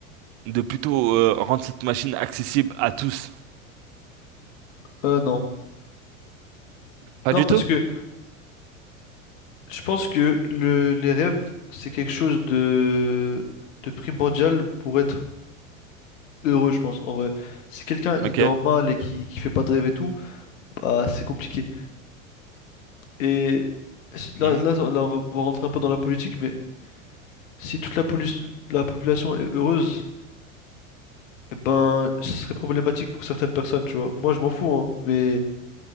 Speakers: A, on the right (about 50°); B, on the left (about 65°).
A: de plutôt euh, rendre cette machine accessible à tous?
B: Euh, non.
A: Pas
B: Non,
A: du
B: parce
A: tout.
B: que. Je pense que le, les rêves, c'est quelque chose de, de primordial pour être heureux, je pense, en vrai. Si quelqu'un,
A: Ok.
B: il dort mal et qui, qui fait pas de rêve et tout, bah, c'est compliqué. Et si- là,
A: Mhm.
B: là, on là, on va, on va rentrer un peu dans la politique, mais si toute la, police- la population est heureuse, eh ben, ce serait problématique pour certaines personnes, tu vois. Moi, je m'en fous, hein, mais,